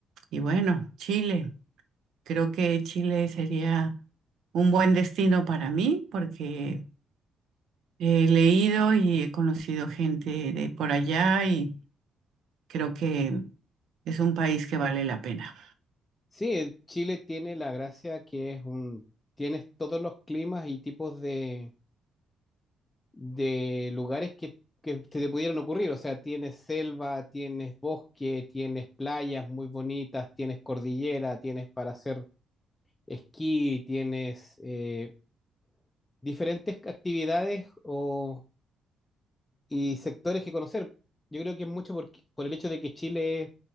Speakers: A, on the right (about 75°); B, on the left (about 20°).
A: Y bueno, Chile. Creo que Chile sería un buen destino para mí porque he leído y he conocido gente de por allá y creo que es un país que vale la pena.
B: Sí, Chile tiene la gracia que es un, tienes todos los climas y tipos de de lugares que, que se te pudieran ocurrir. O sea, tienes selva, tienes bosque, tienes playas muy bonitas, tienes cordillera, tienes para hacer esquí, tienes eh, diferentes actividades o, y sectores que conocer. Yo creo que es mucho por, por el hecho de que Chile es,